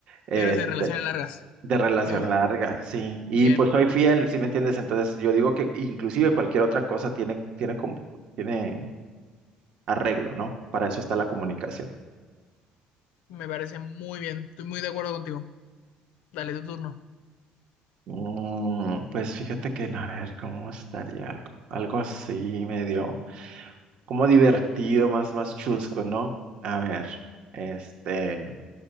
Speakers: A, on the right; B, on the left.
A: eh,
B: Eres de relaciones largas.
A: de relación
B: Me gusta.
A: larga, sí. Y
B: Bien.
A: pues soy fiel, ¿sí me entiendes? Entonces yo digo que inclusive cualquier otra cosa tiene, tiene, como- tiene arreglo, ¿no? Para eso está la comunicación.
B: Me parece muy bien. Estoy muy de acuerdo contigo. Dale, tu turno.
A: Mm, pues fíjate que, no, a ver, ¿cómo estaría algo? Algo así, medio, como divertido, más, más chusco, ¿no? A ver, este,